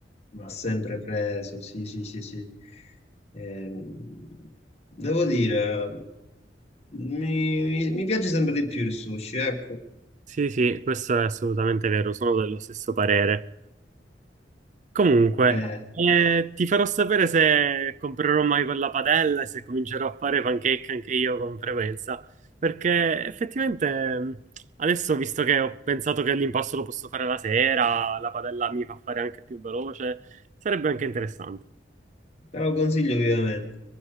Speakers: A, on the left (about 35°); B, on the right (about 40°).
A: Va sempre preso, sì, sì, sì, sì. Ehm, devo dire, mi, mi- mi piace sempre di più il sushi, ecco.
B: Sì, sì, questo è assolutamente vero, sono dello stesso parere. Comunque,
A: Eh,
B: eh, ti farò sapere se comprerò mai quella padella e se comincerò a fare pancake anche io con frequenza, perché effettivamente mh, adesso, visto che ho pensato che l'impasto lo posso fare la sera, la padella mi fa fare anche più veloce, sarebbe anche interessante.
A: te lo consiglio vivamente.